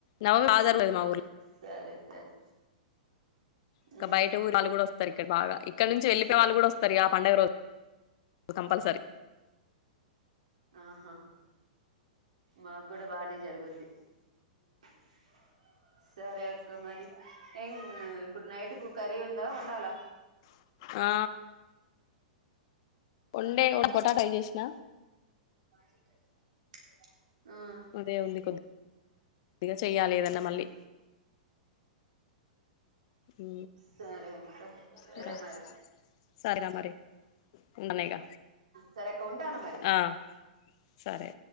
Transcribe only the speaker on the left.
నవి ఆధారం లేదు మా ఊర్లో
ఇంకా
బయట ఊరి వాళ్ళు కూడా వస్తారు ఇక్కడ బాగా ఇక్కడ నుంచి వెళ్ళపోయే
వాళ్ళు కూడా వస్తారు ఆ పండుగ రోజ కంపల్సరీ
ఆ వండే పొటాటై చేసిన
అదే ఉంది కొద్దిగా చెయ్యాలి ఏదన్నా మళ్ళీ ఉ
ఇంకా
సరేనా మరి ఉంటాను ఇక
ఆ సరే